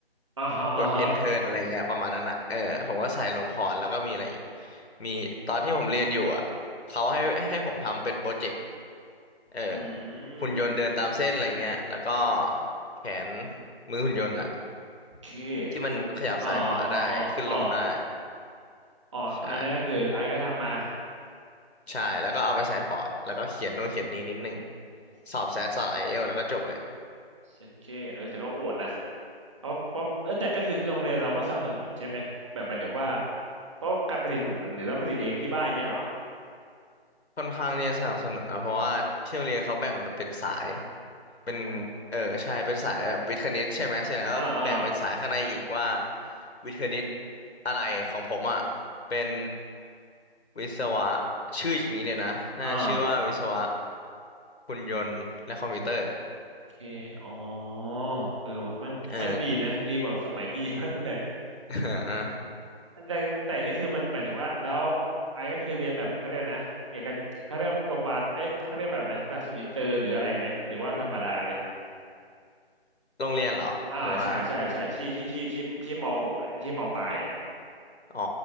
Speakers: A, on the right; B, on the left.
A: ่าฮะอ่าฮะ
B: กด end turn อะไรอย่างเงี้ยประมาณนั้นอะเออผมก็ใส่ลงพอร์ตแล้วก็มีอะไรอีกมีตอนที่ผมเรียนอยู่อะเขาให้ให้ผมทำเป็นโปรเจกต์ เออ
A: อื
B: หุ่นยนต์เดินตามเส้นอะไรเงี้ยแล้วก็
A: ม
B: แขนมือหุ่นยนต์อะ
A: โอเค
B: ที่มันขยับซ้ายขวาได้ขึ้นลงได้
A: โหอ่าอ่าอ่าอ่าอ่าอันนั้นก็คือไอซ์ก็ทำมา
B: ใช่ใช่แล้วก็เอาไปใส่พอร์ตแล้วก็เขียนนู่นเขียนนี้นิดนึง
A: โอ
B: สอบแซดสอบไอเอลแล้วก็จบเลย
A: เชดเคเออแต่ก็โหดนะ เพราะเพราะเอ้ยแต่ก็คือโรงเรียนเราก็สนับสนุนใช่ไหมแบบหมายถึงว่าเพราะการผลิตหุ่นมันหรือเราผลิตเองที่บ้านเนี้ยเหรอ
B: ค่อนข้างที่จะสนับสนุนนะเพราะว่าที่โรงเรียนเขาแบ่งมันเป็นสายเป็น
A: อ๋อ
B: เออใช่เป็นสายแบบวิทย์คณิตใช่ไหมเสร็จแล้วก็แบ่งเป็นสายข้างในอีกว่า
A: อ่าอ่า
B: วิทย์คณิตอะไรของผมอ่ะเป็นวิศวะชื่ออย่างนี้เลยนะน่าชื่อว่าวิศวะ
A: อ่า
B: หุ่นยนต์และคอมพิวเตอร์
A: โอเคอ๋อเออว่ะมันมันดีนะดีกว่าสมัยพี่เยอะเลย
B: เออ <laughs>
A: <laughs> แต่แต่นี่คือมันหมายถึงว่าแล้วไอ้ก็คือเรียนแบบเขาเรียกนะเอกเขาเรียกโรงพยาบาลไอ้ยเขาเรียกแบบนะหลักสูตรอินเตอร์หรืออะไรไหมหรือว่าธรรมดาเลย
B: โรงเรียนเหรอหรือว่า
A: อ่าใช่ใช่ใช่ที่ที่ที่ที่ที่มหกอะที่มปลายอะ
B: อ๋อ